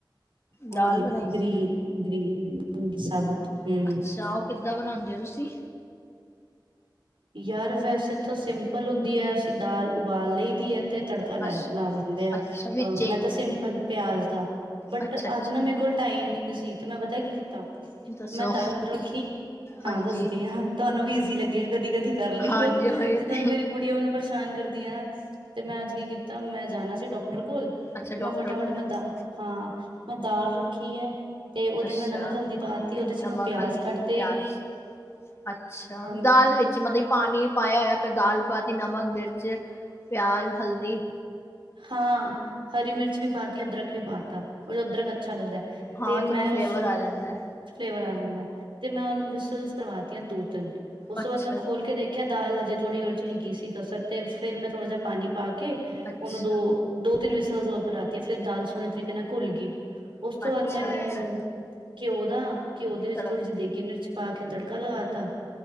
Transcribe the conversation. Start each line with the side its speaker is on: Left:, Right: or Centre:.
Right: ਓਹਲੀ
Left: ਦਾਲ ਬਣਾਈ ਸੀ
Right: ਗ੍ਰੀਨ ਮੂਗੀ ਸਾਬਤ ਹ।
Left: ਅੱਛਾ ਉਹ ਕਿੱਦਾਂ ਬਣਾਂਦੇ ਹੋ ਤੁਸੀਂ।
Right: ਯਾਰ ਵੈਸੇ ਤਾਂ ਸਿੰਪਲ ਹੁੰਦੀ ਹੈ ਅਸੀਂ ਦਾਲ ਉਬਾਲ ਲਈ ਦੀ ਹੈ ਤੇ ਤੜਕਾ ਲੈ
Left: ਅੱਛਾ
Right: ਲਾ ਲੈਂਦੇ ਆ,
Left: ਅੱਛਾ ਵਿੱਚੇ
Right: ਅਹ ਮੈਂ
Left: ਹੀ
Right: ਤਾਂ ਸਿੰਪਲ ਪਿਆਜ ਦਾ, ਬਟ
Left: ਅੱਛਾ
Right: ਅੱਜ ਨਾ ਮੈਂ ਰੇ ਕੋਲ ਟਾਈਮ ਨੀ ਸੀ ਤੇ ਮੈਂ ਪਤਾ ਕੀ ਕੀਤਾ
Left: ਅੱਛਾ ਦੱਸੋ
Right: ਮੈਂ ਦਾਲ ਰੱਖੀ, ਹਾਂ
Left: ਹਾਂਜੀ
Right: ਦੱਸਦੀ ਹਾਂ ਤੁਹਾਨੂੰ ਵੀ ਈਜ਼ੀ ਲੱਗੇ ਕਦੀ ਕਦੀ ਕਰ ਲਈਓ,
Left: ਹਾਂਜੀ ਹੋਏ
Right: ਜਿੱਦਣ
Left: ਤੇ
Right: ਮੇਰੀ ਕੁੜੀਆ ਮੈਨੂੰ ਪਰੇਸ਼ਾਨ ਕਰਦੀ ਆ ਨਾ ਤੇ ਮੈਂ ਅੱਜ ਕੀ ਕੀਤਾ ਤਾਂ ਮੈਂ ਜਾਣਾ ਸੀ ਡਾਕਟਰ ਕੋਲ,
Left: ਅੱਛਾ ਡਾਕਟਰ
Right: ਮੈਂ ਫਟਾਫਟ
Left: ਕੋਲ ਜਾਣਾ
Right: ਮੈਂ ਦ ਹਾਂ ਮੈਂ ਦਾਲ ਰੱਖੀ ਐ ਤੇ ਉਹਦੇ
Left: ਅੱਛਾ
Right: ਚ ਮੈਂ ਨਮਕ, ਹਲਦੀ ਪਾਤੀ ਉਹਦੇ ਚ
Left: ਨਮਕ
Right: ਮੈਂ ਪਿਆਜ਼
Left: ਹਲਦੀ
Right: ਕੱਟ ਤੇ,
Left: ਪਿਆਜ ਅੱਛਾ
Right: ਅ
Left: ਦਾਲ ਵਿੱਚ ਮਤਲਬ ਪਾਣੀ ਪਾਇਆ ਹੋਇਆ ਦਾਲ ਪਾਤੀ, ਨਮਕ, ਮਿਰਚ, ਪਿਆਜ, ਹਲਦੀ
Right: ਹਾਂ ਹਰੀ ਮਿਰਚ ਵੀ ਪਾ ਤੀ, ਅਦਰਕ ਵੀ ਪਾ ਤਾ, ਉਹਦੇ ਚ ਅਦਰਕ ਅੱਛਾ ਲੱਗਦਾ।
Left: ਹਾਂ
Right: ਤੇ
Left: ਚਲੋ
Right: ਮੈਂ
Left: ਫਲੇਵਰ
Right: ਉਸ
Left: ਆ ਜਾਂਦਾ।
Right: ਫਲੇਵਰ ਆ ਜਾਂਦਾ ਤੇ ਮੈਂ ਉਹਨੂੰ ਵਿਸਲਸ ਕਰਵਾਤੀਆਂ ਦੋ ਤਿੰਨ, ਉਸ
Left: ਅੱਛਾ
Right: ਤੋਂ ਬਾਅਦ ਮੈਂ ਖੋਲ ਕੇ ਦੇਖ ਦੇਖਿਆ ਦਾਲ ਹਜੇ ਥੋੜੀ ਉਹ ਚ ਹੈਗੀ ਸੀ ਕਸਰ ਤੇ ਫੇਰ ਮੈਂ ਥੋੜ੍ਹਾ ਜਿਹਾ ਪਾਣੀ ਪਾ ਕੇ
Left: ਅੱਛਾ ਅੱਛਾ
Right: ਉਹਨੂੰ ਦੋ ਦੋ ਤਿੰਨ ਵਿਸਲਸ ਹੋਰ ਕਰਾਤੀਆ, ਫੇਰ ਦਾਲ ਸੋਣੇ ਤਰੀਕੇ ਨਾਲ ਘੁੱਲ ਗਈ। ਉਸ ਤੋਂ
Left: ਅੱਛਾ
Right: ਬਾਦ ਮੈਨੂੰ ਘਿਓ ਦਾ, ਘਿਓ ਦੇ ਵਿੱਚ
Left: ਤੜ
Right: ਥੋੜ੍ਹੀ ਜੀ ਦੇਗੀ ਮਿਰਚ ਪਾ ਕੇ ਤੜਕਾ ਲਗਾ ਤਾ